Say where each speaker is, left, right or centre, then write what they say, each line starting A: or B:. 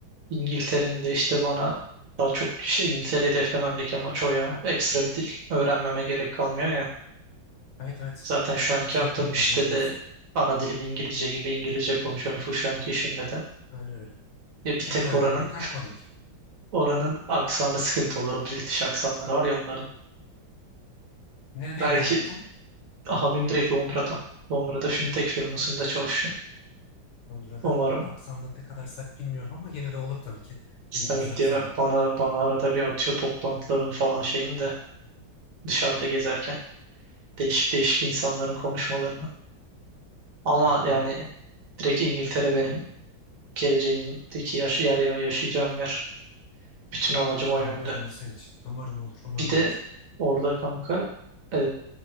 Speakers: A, on the right (about 50°); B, on the left (about 65°).
A: İngiltere'nin de işte bana daha çok şey, İngiltere hedeflememdeki amaç o ya. Ekstra bir dil öğrenmeme gerek kalmıyor ya.
B: Evet evet
A: Zaten şu anki
B: zaten
A: yaptığım
B: İngilizce
A: işte
B: biliyorsun.
A: de ana dilim İngilizce gibi İngilizce konuşuyorum full şu anki işimde de.
B: Aynen öyle.
A: Ya bir
B: Tek
A: tek
B: öğrenmen
A: oranın
B: gereken coding.
A: oranın aksanı sıkıntı olur. O British aksanları var ya onların.
B: Neredeydi
A: Belki
B: abin tam?
A: abim direkt Londra'da. Londra'da fintech firmasında çalışıyor.
B: Londra'da
A: Umarım
B: aksanla ne kadar sert bilmiyorum ama gene de olur tabii ki.
A: sert
B: İngiliz aksanı.
A: ya bana bana arada bir atıyor toplantıların falan şeyini de dışarıda gezerken değişik değişik insanların konuşmalarını. Ama
B: O,
A: yani
B: ben
A: direkt İngiltere benim geleceğimdeki yaş yer ya yaşayacağım yer. Bütün amacım
B: çok büyük
A: o yönde.
B: avantaj olur senin için. Umarım olur, umarım
A: Bir de
B: olur.
A: orada kanka e,